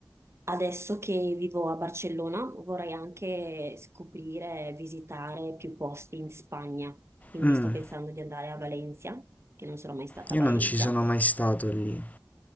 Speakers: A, on the right (about 35°); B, on the left (about 20°).
A: adesso che vivo a Barcellona vorrei anche scoprire, visitare più posti in Spagna. Quindi
B: Mm,
A: sto pensando di andare a Valencia, che non sono mai stata
B: io
A: a Valencia
B: non ci sono mai stato lì.